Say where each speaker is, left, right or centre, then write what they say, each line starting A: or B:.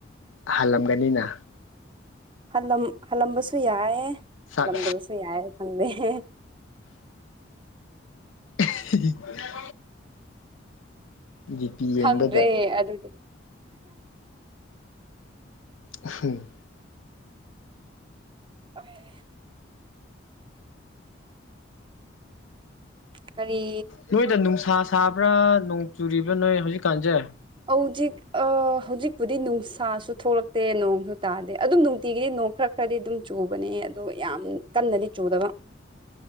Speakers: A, on the left; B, on the right.
A: ꯍꯜꯂꯝꯒꯅꯤꯅ꯫
B: ꯍꯜꯂꯝ ꯍꯥꯜꯂꯝꯕꯁꯨ ꯌꯥꯏ꯫
A: ꯁꯛ
B: ꯍꯜꯂꯝꯗꯕꯁꯨ ꯌꯥꯏ꯫ ꯈꯟꯗꯦ ꯫
A: <unintelligible> ꯖꯤ ꯄꯤ ꯌꯦꯡꯕꯗ
B: ꯈꯪꯗ꯭ꯔꯦ ꯑꯗꯨꯗꯤ꯫
A: ꯎꯍꯨꯝ꯫
B: ꯑꯣ꯫ ꯀꯔꯤ
A: ꯅꯣꯏꯗ ꯅꯨꯡꯁꯥ꯫ ꯁꯥꯕ꯭ꯔꯥ ꯅꯣꯡ꯫ ꯆꯨꯔꯤꯔꯤꯕ ꯅꯣꯏ ꯍꯧꯖꯤꯛ ꯀꯥꯟꯖꯦ꯫
B: ꯍꯧꯖꯤꯛ ꯍꯧꯖꯤꯛꯄꯨꯗꯤ ꯅꯨꯡꯁꯥꯁꯨ ꯊꯣꯛꯂꯛꯇꯦ ꯅꯣꯡꯁꯨ ꯇꯥꯗꯦ ꯑꯗꯨꯝ ꯅꯨꯡꯇꯤꯒꯤꯗꯤ ꯅꯣꯡ ꯈꯔ ꯈꯔꯗꯤ ꯑꯗꯨꯝ ꯆꯨꯕꯅꯦ ꯑꯗꯣ ꯌꯥꯝ ꯀꯟꯅꯗꯤ ꯆꯨꯗꯕ꯫